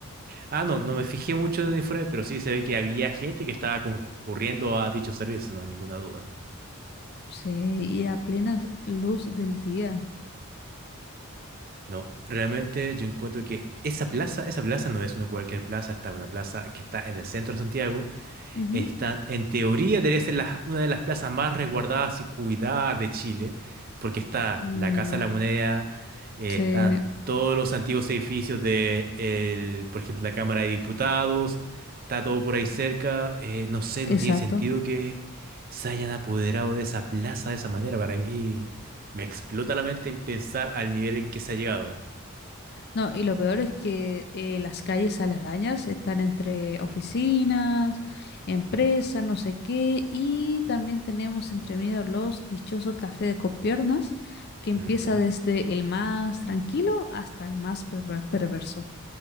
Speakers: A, on the right; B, on the left.
A: Ah, no, no me fijé mucho en el informe, pero sí se ve que había gente que estaba concurriendo a dichos servicios, no hay ninguna duda.
B: Sí, y a plena luz del día.
A: No, realmente yo encuentro que esa plaza, esa plaza no es una cualquier plaza, está una plaza que está en el centro de Santiago,
B: Ujú.
A: Está, en teoría, debería ser la- una de las plazas más resguardadas y cuidadas de Chile, porque está
B: Mm,
A: la Casa de la Moneda, eh,
B: sí,
A: están todos los antiguos edificios de, el- por ejemplo, la Cámara de Diputados, está todo por ahí cerca. eh, no sé,
B: exacto.
A: no tiene sentido que se hayan apoderado de esa plaza de esa manera. Para mí, me explota la mente en pensar al nivel en que se ha llegado.
B: No, y lo peor es que eh, las calles aledañas están entre oficinas, empresas, no sé qué, y también tenemos entre medio los dichosos cafés de copiernas, que empieza
A: Ujú,
B: desde el más tranquilo hasta el más perver- perverso.